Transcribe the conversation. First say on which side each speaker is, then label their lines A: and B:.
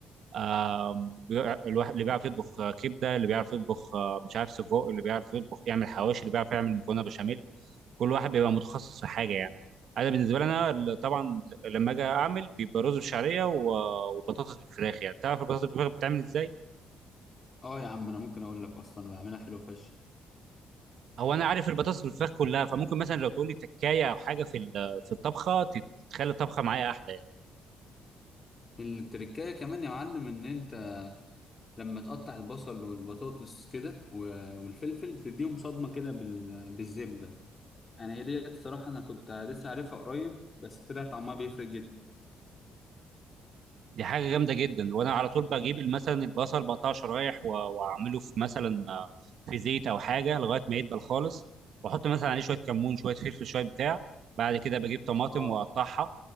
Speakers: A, on the right (about 70°); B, on the left (about 30°).
A: آم، بيع- الواحد اللي بيعرف يطبخ آه، كبده اللي بيعرف يطبخ آه، مش عارف سجق اللي بيعرف يطبخ يعمل حواوشي اللي بيعرف يعمل مكرونه بشاميل كل واحد بيبقى متخصص في حاجه يعني انا بالنسبه لي انا ال- طبعا لما اجي اعمل بيبقى رز بشعريه و- وبطاطس بالفراخ يعني تعرف البطاطس بالفراخ بتتعمل ازاي
B: اه يا عم انا ممكن اقول لك اصلا بعملها حلو فشخ
A: هو انا عارف البطاطس بالفراخ كلها فممكن مثلا لو تقول لي تكايه او حاجه في ال- في الطبخه تت- تخلي الطبخه معايا احلى يعني.
B: التركايه كمان يا معلم ان انت لما تقطع البصل والبطاطس كده و- والفلفل تديهم صدمه كده بال... بالزبده يعني هي ديت الصراحه انا كنت لسه عارفها قريب بس طلع طعمها بيفرق جدا
A: دي حاجه جامده جدا وانا على طول بجيب مثلا البصل بقطعه شرايح و- واعمله في مثلا آه، في زيت او حاجه لغايه ما يدبل خالص واحط مثلا عليه شويه كمون شويه فلفل شويه بتاع بعد كده بجيب طماطم
B: اه
A: واقطعها